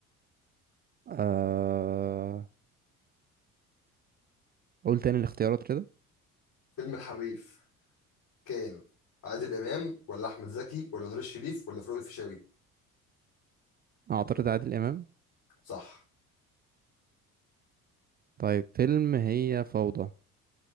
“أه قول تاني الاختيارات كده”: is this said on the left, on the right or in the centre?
Right